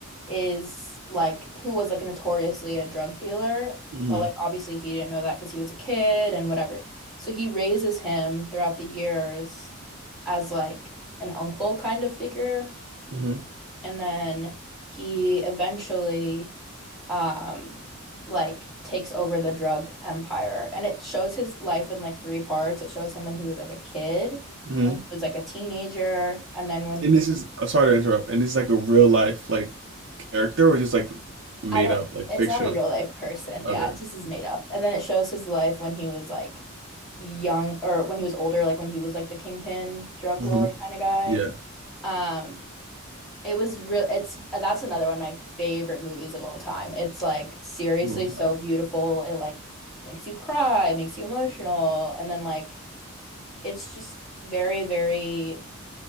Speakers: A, in the centre; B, on the right.
A: is like who was like notoriously a drug dealer,
B: Mm-hmm.
A: but like obviously he didn't know that because he was a kid and whatever. So he raises him throughout the years as like an uncle kind of figure.
B: Mm-hmm.
A: And then he eventually um like takes over the drug empire. And it shows his life in like three parts. It shows him when he was like a kid,
B: Mm-hmm.
A: when he was like a teenager, and then when he
B: And this is uh, sorry to interrupt. And this is like a real life like character or just like made
A: I don't
B: up, like
A: it's
B: fictional.
A: not a real life person.
B: Okay.
A: Yeah, it's just is made up. And then it shows his life when he was like young or when he was older, like when he was like the kingpin drug
B: Mm-hmm.
A: lord kind of guy.
B: Yeah.
A: Um It was real. It's that's another one of my favorite movies of all time. It's like seriously
B: Moonlight.
A: so beautiful. It like makes you cry, it makes you emotional, and then like it's just very, very